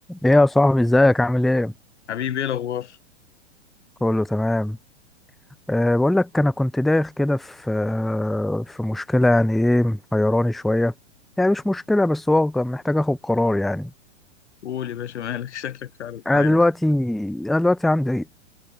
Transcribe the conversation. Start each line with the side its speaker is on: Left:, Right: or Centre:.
Centre: ايه يا صاحبي ازيك عامل ايه
Left: حبيبي ايه الاخبار
Centre: كله تمام أه بقول لك انا كنت دايخ كده في آه، في مشكله يعني ايه محيراني شويه يعني مش مشكله بس هو كان محتاج اخد قرار يعني
Left: قول يا باشا مالك <laughs> شكلك فعلا حيران
Centre: انا دلوقتي انا دلوقتي عندي